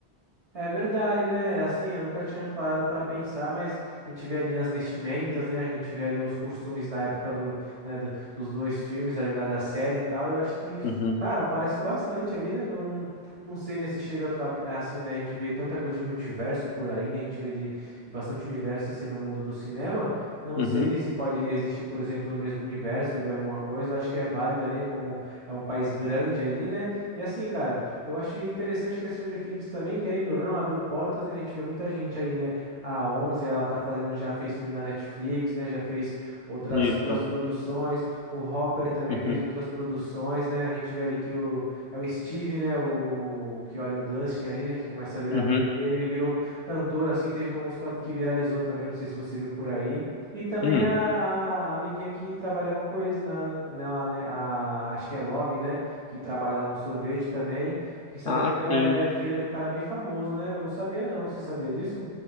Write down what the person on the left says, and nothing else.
Uhum,
uhum,
isso.
Uhum,
uhum,
hum.
Ah,
sim.